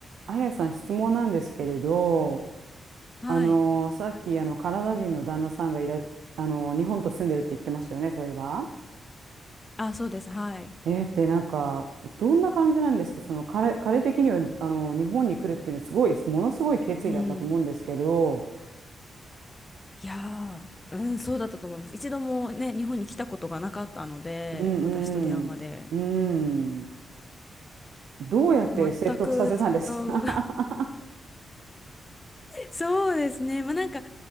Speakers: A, on the right (about 80°); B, on the left (about 15°).
A: あやさん質問なんですけれど、
B: はい。
A: あのさっきあのカナダ人の旦那さんがいら、あの日本と住んでるって言ってましたよね、そういえば。
B: あ、そうです。はい。
A: えーってなんかどんな感じなんですか、その彼、彼的にはあの日本に来るっていうのはすごいものすごい決意だったと思うんですけど、
B: うん。いやー、うん、そうだったと思います。一度もね、日本に来たことがなかったので、
A: うんうんうん、
B: 私と出会うまで。
A: どうやって説得させたんですか。
B: 全く違う。<laughs> そうですね。まあなんか、